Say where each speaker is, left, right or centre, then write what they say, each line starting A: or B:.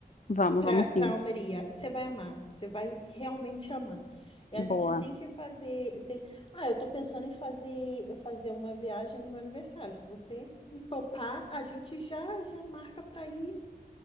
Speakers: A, on the left; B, on the left.
A: vamos,
B: para
A: vamos sim.
B: para Almeria. Você vai amar, você vai realmente amar. E a
A: Boa.
B: gente tem que fazer, tem... Ah, eu tô pensando em fazer fazer uma viagem no meu aniversário. Se você me topar, a gente já já marca para ir